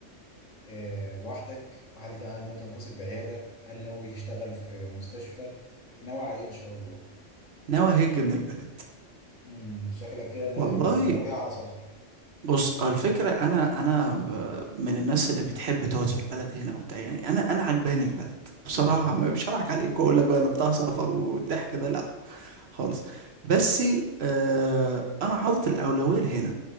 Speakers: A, on the left; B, on the right.
A: آه، لوحدك وهل ت- هل ناوي تنفصل بعيادة هل ناوي تشتغل في مستشفى ناوي على ايه ان شاء الله
B: ناوي هج من البلد
A: امم شكلك كده ناوي-
B: والله
A: نا- ناوية على سفر
B: بص هو الفكرة أنا أنا ب- من الناس اللي بتحب تقعد في البلد هنا وبتاع يعني أنا أنا عجباني البلد بصراحة
A: امم
B: ما- مش هضحك عليك وأقول لك بقى أنا بتاع سفر والضحك ده لأ خالص بس آه أنا حاطط الأولوية لهنا